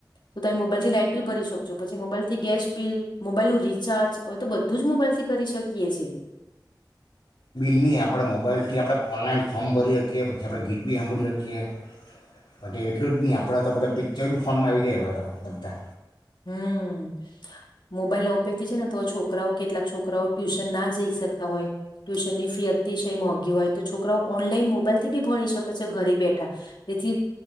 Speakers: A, on the left; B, on the left.
A: તો તમે મોબાઈલથી લાાઈટ બિલ ભરી શકશો પછી મોબાઈલથી ગેસ બિલ મોબાઈલનુંું રિચાર્જ હવે તો બધું જ મોબાઈલથી કરી શકીએ છે
B: ની આપણે મોબાઈલથી આપણે ઓનલાઈન ફોર્મ ભરી શકીએ પછી આપણે ગીત બી સાંભળી શકીએ પછ એટલું જ નહીં આપણા તો બધા પ ચાલો બ ફોનમાં આવી ગયા હોવે તો બધા
A: હમ મોબાઈલ ના ઉપયોગથી છે ને તો છોકરાઓ કેટલાક છોકરાઓ ટ્યુશન ના જઈ શકતા હોય ટ્યુશનની ફી અતિશય મોંઘી હોય તો છોકરાઓ ઓનલાઈન મોબાઈલ થી બી ભણી શકે છે ઘરે બેઠા જેથી